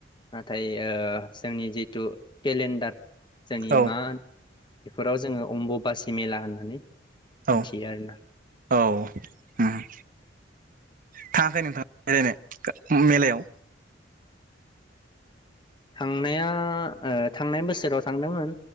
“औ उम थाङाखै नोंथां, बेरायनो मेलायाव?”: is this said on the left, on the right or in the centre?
Right